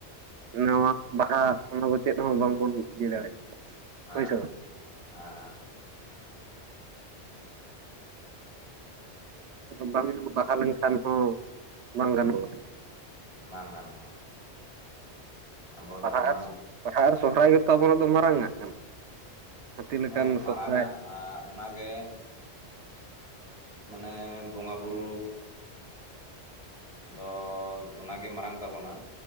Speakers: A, on the right; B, on the left.
A: ᱱᱟᱣᱟ ᱵᱟᱦᱟ ᱚᱱᱟ ᱠᱚ ᱪᱮᱫ ᱦᱚᱸ ᱵᱟᱝᱵᱚᱱ ᱤᱭᱟᱹ ᱫᱟᱲᱮᱭᱟᱜᱼᱟ
B: ᱦᱮᱸ
A: ᱦᱳᱭ ᱥᱮ
B: ᱦᱮᱸ
A: ᱵᱟᱝ ᱧᱩ ᱵᱟᱦᱟ ᱞᱮᱱᱠᱷᱟᱱ ᱦᱚᱸ ᱵᱟᱝ ᱜᱟᱱᱚᱜᱼᱟ
B: ᱵᱟᱝ ᱜᱟᱱᱚᱜᱼᱟ ᱟᱵᱚ ᱫᱚ
A: <unintelligible>
B: ᱮᱠᱫᱚᱢ
A: ᱵᱟᱦᱟ ᱟᱨ ᱥᱚᱦᱨᱟᱭ ᱜᱮᱛᱚ ᱟᱵᱚᱱᱟᱜ ᱫᱚ ᱢᱟᱨᱟᱝ ᱟᱜ ᱠᱟᱱᱟ ᱦᱟᱹᱛᱤ ᱞᱮᱠᱟᱱ
B: ᱦᱮᱸ ᱢᱟᱨᱟᱝ
A: ᱥᱚᱦᱨᱟᱭ
B: ᱟᱜ ᱚᱱᱟ ᱜᱮ ᱢᱟᱱᱮ ᱵᱚᱸᱜᱟ ᱵᱩᱨᱩ ᱫᱚ ᱚᱱᱟᱜᱮ ᱢᱟᱨᱟᱝ ᱛᱟᱵᱚᱱᱟ